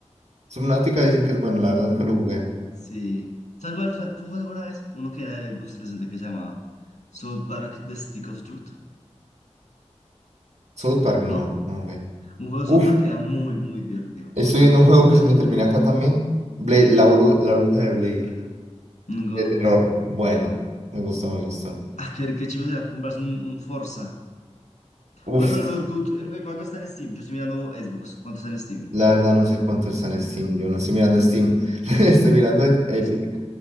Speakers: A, on the right; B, on the left.
A: Subnautica dicen que es bueno, la verdad nunca lo jugué.
B: Sí. ¿Sabes cuál? sa- ¿Tú jugaste alguna vez? Uno que era de Xbox 360 que se llamaba South Park The Stick of Truth,
A: South Park no,
B: ¿no?
A: no jugué.
B: Un juego
A: Uf,
B: de South Park que era muy, muy divertido.
A: Estoy viendo un juego
B: Era
A: que se
B: muy...
A: me termina acá también. Bla- la, Bru- la bruja de Blair.
B: Nunca
A: De
B: lo
A: terror.
B: jugué.
A: Bueno, me gustó, me gustó.
B: Ah, qué, qué chido sería comprarse un, un Forza.
A: Uf,
B: Oye, pero el Orkut, ¿en cu- en cuánto está en Steam? Yo estoy mirando Xbox, ¿cuánto está en Steam?
A: la verdad no sé cuánto está en Steam. Yo no estoy mirando Steam. <laughs> Estoy mirando en Epic.
B: ¿Dónde